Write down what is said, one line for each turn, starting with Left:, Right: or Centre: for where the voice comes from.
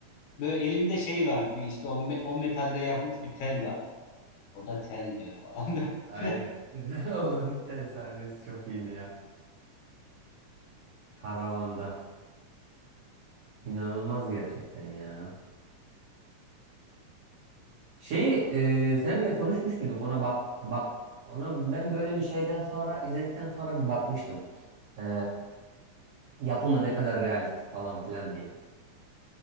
Left: Böyle elinde şey var. Bir işte o, me- o metalde yapılmış bir tel var. O da tel diyor falan. <laughs>
Right: Aynen. <laughs> Onun tel sahnesi çok iyiydi ya. Karavanda. İnanılmaz gerçekten ya. Şeyi e, seninle konuşmuş muyduk? Ona bak bak ona ben böyle bir şeyden sonra izledikten sonra bir bakmıştım. E, yapımı ne kadar realistik falan filan diye.